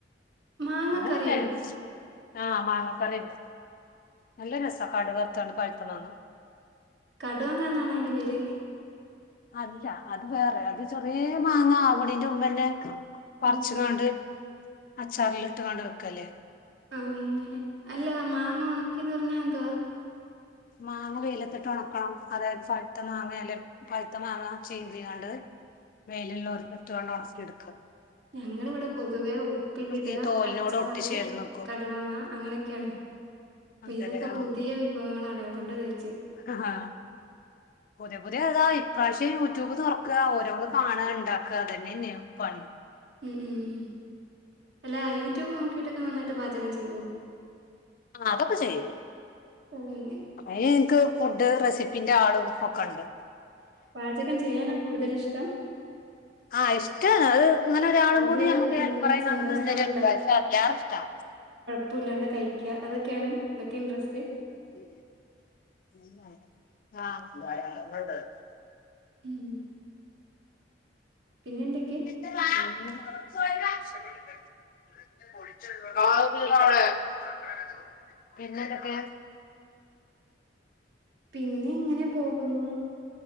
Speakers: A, on the right; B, on the left.
A: മാങ്ങ
B: അങ്ങെനാെക്കേ
A: കറിയോ
B: ആഹ് മാങ്ങാ കറിണ്ട് നല്ല രസാ കട്ക്ർത്താണ്ട് പഴ്ത്ത മാങ്ങ
A: കടുവാങ്ങാന്നാണ് അയ്ന്റെ പേര്
B: അല്ല അത് വേറെ അത് ചെറ്യേ മാങ്ങ ആവ്ണേന്റെ മുമ്പെന്നെ പർച്ച്കാണ്ട്
A: ഓ
B: അച്ചാർലിട്ട്ങ്ങാണ് വെക്കെല്ലേ
A: ആഹ് അങ്ങനെ അല്ല മാങ്ങ ഒണക്കീന്നർഞ്ഞാ എന്തുവാ
B: മാങ്ങ വെയ്ലത്ത്ട്ട് ഒണക്കണം അതായത് പഴ്ത്ത മാങ്ങേലെ പഴ്ത്ത മാങ്ങ ചീന്തിയാണ്ട് വെയില്‌ല്ലോട്ത്ത് ഇട്ട്കാണ്ട് ഒണെക്കിയെട്ക്കാ
A: ഞങ്ങള്‌വ്ടെ പൊതുവേ ഉപ്പിലിടാ
B: ഈ തോലിനോട്
A: അച്ചാറ്
B: ഒട്ടി ചേർന്ന്ക്കും
A: കടുമാങ്ങ അങ്ങെനെ ക്കേണ് പ്പ
B: അതല്ലേ
A: ഇതൊക്കെ
B: ആഹ്
A: പുതിയ വിഭവങ്ങളാണ് അതോണ്ടാ ചോയ്ച്ചെ
B: ആഹ് പുത്യെ പുത്യേ അതാ ഇപ്രാവശ്യം യൂടൂബ് തൊർക്കാ ഓരോന്ന് കാണാ ണ്ടാക്ക അതെന്നെന്നെ പണി
A: ഉം ഉം അല്ലാ യൂടൂബ് നോക്കീട്ടൊക്കെ നന്നായിട്ട് പാചകം ചെയ്യാേ?
B: ആഹ് അതൊക്കെ ചെയ്യും
A: ഓഹ് അങ്ങെനെ
B: അയ്ന് ഇൻക്ക് ഫുഡ്ഡ് റെസിപ്പിന്റെ ആളും ഒക്കെണ്ട്
A: പാചകം ചെയ്യാനാ കൂടുതൽ ഇഷ്ടം
B: ആഹ് ഇഷ്ടാ അത് ഇങ്ങെനെ ഒരാളും
A: അത്
B: കൂടി ഞമുക്ക് ഹെൽപ്പറായിങ്ങാണ്ട്
A: നമ്മള് സന്തോഷത്തോടെ
B: നിന്നെരാച്ചാല് അതിലേറെഷ്ടാ
A: പ്പുല്ലാണ്ട് കഴിക്കാ അതൊക്കേണ് ങ്ങക്ക് ഇൻട്രെസ്റ്റ്
B: ആഹ്
A: ഉം പിന്നെ എന്തെക്കെ
B: <unintelligible> <unintelligible> പിന്നെന്തെക്കേ
A: പിന്നെ ഇങ്ങെനെ പോകുന്നൂ